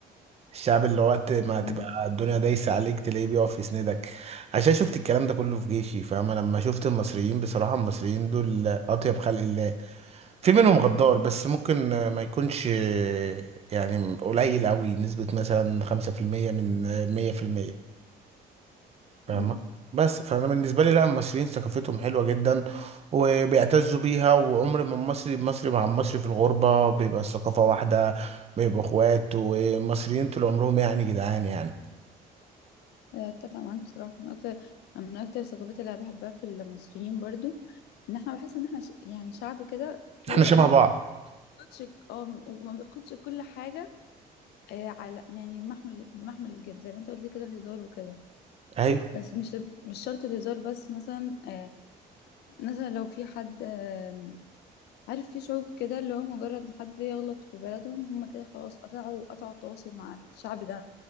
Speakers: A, on the right (about 40°); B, on the left (about 75°).
A: الشعب اللي وقت ما تبقى
B: امم
A: الدنيا دايسة عليك تلاقيه بيقف يسندك عشان شفت الكلام ده كله في جيشي فاهم أنا لما شفت المصريين بصراحة المصريين دول أطيب خلق الله في منهم غدار بس ممكن آه، ما يكونش آه، يعني قليل أوي نسبة مثلا خمسة في المية من مية في المية فاهمة
B: امم
A: بس فأنا بالنسبة لي لا المصريين ثقافتهم حلوة جدا وبيعتزوا بيها وعمر ما المصري المصري مع المصري في الغربة بيبقى الثقافة واحدة بيبقوا اخوات ومصريين طول عمرهم يعني جدعان يعني
B: اتفق معاك بصراحه من اكتر من اكتر الثقافات اللي انا بحبها في المصريين برضو ان احنا بحس ان احنا ش- يعني شعب كده اللي
A: احنا
B: هو
A: شبه
B: ايه
A: بعض
B: ما بياخدش اه وما بياخدش كل حاجه آه على يعني محمل بمحمل الجد زي ما انت قلت لي كده الهزار وكده
A: ايوه
B: بس مش مش شرط الهزار بس مثلا آه مثلا لو في حد آه عارف في شعوب كده اللي هو مجرد ما حد يغلط في بلدهم هم كده خلاص قطعوا قطعوا التواصل مع الشعب ده